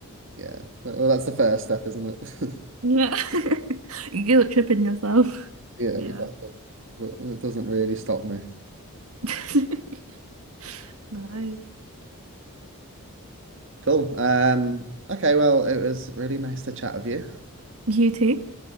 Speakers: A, on the right; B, on the right.
A: Yeah, well well, that's the first step, isn't it? <laughs>
B: Yeah. <laughs> You guilt tripping yourself.
A: Yeah,
B: Yeah.
A: exactly. But it doesn't really stop me.
B: <laughs> Nice.
A: Cool. Um, okay, well, it was really nice to chat with you.
B: You too.